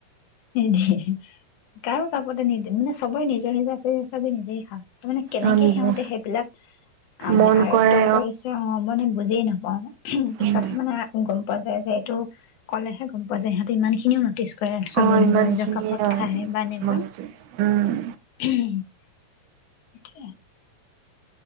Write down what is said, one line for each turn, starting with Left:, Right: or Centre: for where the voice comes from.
Left: নিদিয়ে কাৰো কাপতে নিদি মানে চবৰে নিজৰ নিজৰ আছে চবেই নিজেই খাওঁ তাৰ মানে কেনেকে
Right: অ নিজে
Left: সিহঁতে সেইবিলাক অ মানে
Right: মন
Left: আয়ত্ব
Right: কৰে
Left: কৰিছে অ মানে বুজিয়ে নাপাও পিছতহে
Right: উম
Left: মানে গম পোৱা যায় যে এইটো ক'লেহে গম পোৱা যায় সহঁতে ইমান খিনিও নটিচ কৰে আছে চবে
Right: অ ইমানখিনি
Left: নিজৰ নিজৰ কাপত
Right: অ
Left: খায় বা এনেকুৱা
Right: বুজিছো উম
Left: ঠিকে